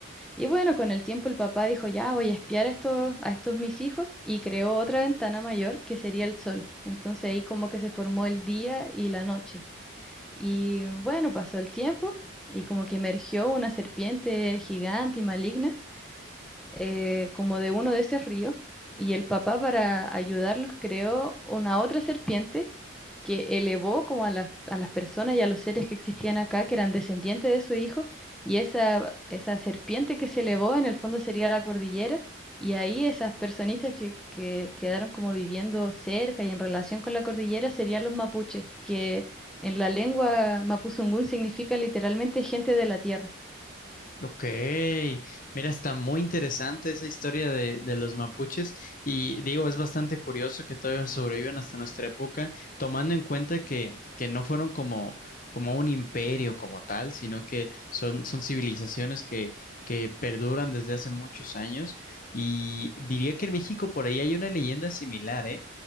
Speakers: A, in the centre; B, on the left (about 40°).
A: Y bueno, con el tiempo el papá dijo, ya voy a espiar a estos, a estos mis hijos y creó otra ventana mayor que sería el sol. Entonces ahí como que se formó el día y la noche. Y bueno, pasó el tiempo y como que emergió una serpiente gigante y maligna eh, como de uno de esos ríos. Y el papá para ayudarlos creó una otra serpiente que elevó como a las, a las personas y a los seres que existían acá, que eran descendientes de su hijo, y esa, esa serpiente que se elevó en el fondo sería la cordillera, y ahí esas personitas que, que quedaron como viviendo cerca y en relación con la cordillera serían los mapuches, que en la lengua mapuzungún significa literalmente gente de la tierra.
B: Ok, mira, está muy interesante esa historia de, de los mapuches y digo, es bastante curioso que todavía sobrevivan hasta nuestra época, tomando en cuenta que, que no fueron como, como un imperio como tal, sino que son, son civilizaciones que, que perduran desde hace muchos años y diría que en México por ahí hay una leyenda similar, ¿eh?